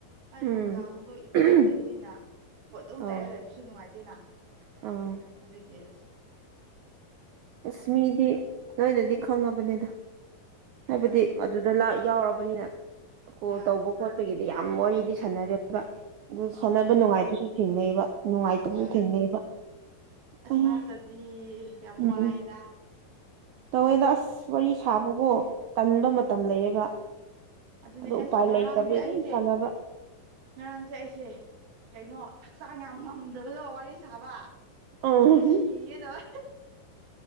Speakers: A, on the right; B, on the right.
A: ꯑꯩ
B: ꯎꯝ
A: ꯅꯨꯡꯗꯥꯡꯗꯣ ꯏꯆꯦꯒ
B: ꯎꯝ
A: ꯂꯩꯕꯅꯤꯅ ꯄꯣꯠꯇ ꯑꯗꯨꯝ
B: ꯑꯣ
A: ꯇꯥꯏꯔ ꯂꯩꯕꯁꯨ ꯅꯨꯡꯉꯥꯏꯇꯦꯅ
B: ꯑꯣ
A: ꯑꯗꯒꯤ
B: ꯑꯁ ꯃꯤꯗꯤ ꯂꯣꯏꯅꯗꯤ ꯈꯪꯉꯕꯅꯦꯗ ꯍꯥꯏꯕꯗꯤ
A: ꯍꯣꯏ
B: ꯑꯗꯨꯗ ꯂꯥꯛꯏ ꯌꯥꯎꯔꯕꯅꯤꯅ ꯀꯣꯜ
A: ꯍꯣꯏ
B: ꯇꯧꯕ ꯈꯣꯠꯄꯒꯤꯗꯤ ꯌꯥꯝ ꯋꯥꯔꯤꯗꯤ ꯁꯥꯟꯅꯔꯦꯕ ꯑꯗꯨ ꯁꯥꯟꯅꯕ
A: ꯍꯣꯏ
B: ꯅꯨꯡꯉꯥꯏꯕꯁꯨ ꯊꯦꯡꯅꯩꯕ ꯅꯨꯡꯉꯥꯏꯇꯕꯁꯨ
A: ꯍꯣꯏ
B: ꯊꯦꯡꯅꯩꯕ
A: ꯑꯁ
B: ꯑꯌꯥ
A: ꯃꯔꯛꯇꯗꯤ ꯌꯥꯝ
B: ꯎꯝ
A: ꯋꯥꯏꯑꯦꯗ
B: ꯇꯧꯋꯦꯗ ꯑꯁ ꯋꯥꯔꯤ ꯁꯥꯕꯀꯣ ꯀꯟꯕ
A: ꯍꯣꯏ
B: ꯃꯇꯝ ꯂꯩꯌꯦꯕ
A: ꯑꯗꯨꯅꯦ
B: ꯑꯗꯣ
A: ꯑꯁ
B: ꯎꯄꯥꯏ
A: ꯉꯔꯥꯡꯗꯤ
B: ꯂꯩꯇꯕꯩ ꯑꯗꯨꯝ
A: ꯑꯩꯁꯦ
B: ꯁꯥꯟꯅꯕ
A: ꯉꯔꯥꯡꯁꯦ ꯑꯩꯁꯦ ꯀꯩꯅꯣ ꯍꯛꯆꯥꯡ ꯌꯥꯝ ꯉꯝꯗꯕꯗꯣ ꯋꯥꯔꯤ ꯁꯥꯕ
B: ꯎꯝ
A: ꯁꯤꯒꯦꯗꯧꯕ